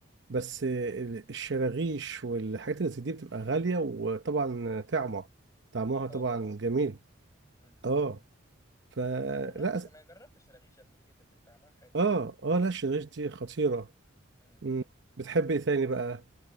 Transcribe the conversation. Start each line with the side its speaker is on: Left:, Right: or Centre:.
Right: بس
Left: امم
Right: آه، ال- الشراغيش والحاجات اللي زي دي بتبقى غالية وطبعا طعمة طعمها طبعا
Left: اه طبعا
Right: جميل
Left: اكيد مم.
Right: اه فلا
Left: انا جربت انا
Right: أس...
Left: جربت شراغيش قبل كده كانت طعمها حلو
Right: اه اه لا الشريش دي
Left: امم
Right: خطيرة
Left: امم
Right: مم. بتحب ايه تاني بقى